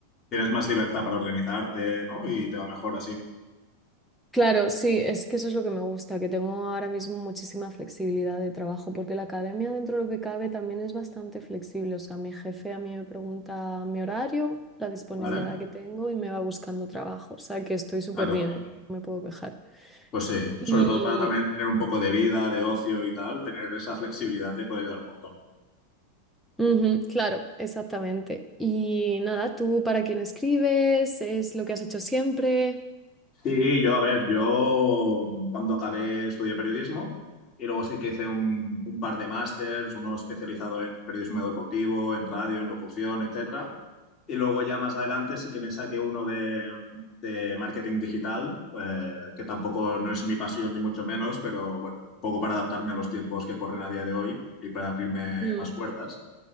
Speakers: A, on the left (about 30°); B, in the centre.
A: tienes más libertad para organizarte, ¿no? Y te va mejor así.
B: Claro, sí, es que eso es lo que me gusta, que tengo ahora mismo muchísima flexibilidad de trabajo, porque la academia dentro de lo que cabe también es bastante flexible. O sea, mi jefe a mí me pregunta mi horario, la disponibilidad
A: Vale.
B: que tengo y me va buscando trabajo. O sea, que estoy súper
A: Ah, qué guay.
B: bien, ¿eh? No me puedo quejar.
A: Pues sí,
B: Y,
A: sobre todo para también tener un poco de vida, de ocio y tal, tener esa flexibilidad te puede ayudar un montón.
B: ujú, claro, exactamente. Y nada, ¿tú para quién escribes? ¿Es lo que has hecho siempre?
A: Sí, yo, a ver, yo mm, cuando acabé estudié periodismo y luego sí que hice un, un par de másters, uno especializado en periodismo deportivo, en radio, en locución, etcétera. Y luego ya más adelante sí que me saqué uno de, de marketing digital, eh, que tampoco no es mi pasión ni mucho menos, pero bueno, un poco para adaptarme a los tiempos que corren a día de hoy y para abrirme
B: Mm,
A: más puertas.